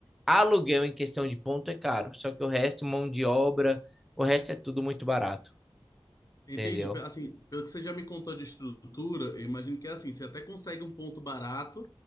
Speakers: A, in the centre; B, on the left.
A: aluguel em questão de ponto é caro. Só que o resto, mão de obra, o resto é tudo muito barato,
B: Entendi.
A: entendeu?
B: Pe- Assim, pelo que você já me contou de estrutura, eu imagino que é assim, você até consegue um ponto barato,